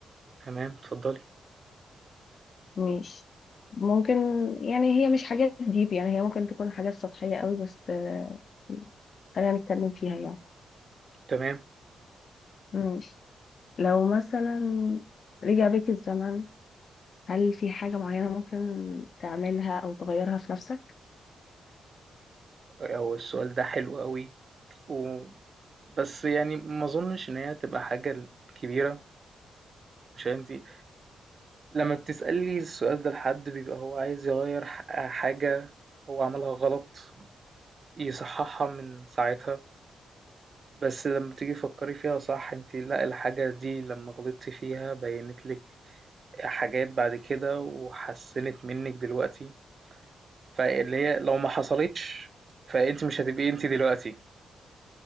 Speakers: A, on the right; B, on the left.
A: تمام اتفضلي
B: ماشي ممكن يعني هي مش حاجات ديب يعني هي ممكن تكون حاجات سطحية قوي بس آه، خلينا نتكلم فيها يعني
A: تمام
B: ماشي لو مثلا رجع بيك الزمن هل في حاجة معينة ممكن تعملها أو تغيرها في نفسك؟
A: أه، هو السؤال ده حلو قوي و... بس يعني ما اظنش ان هي تبقى حاجه كبيره مش انتي لما بتسألي السؤال ده لحد بيبقى هو عايز يغير ح- حاجه هو عملها غلط يصححها من ساعتها بس لمّا تيجي تفكّري فيها صح أنتِ لأ، الحاجة دي لمّا غلطتِ فيها بيّنت لِك حاجات بعد كده وحسّنت منِّك دلوقتي، فاللي هي لو ما حصلتش فأنتِ مش هتبقي أنتِ دلوقتي.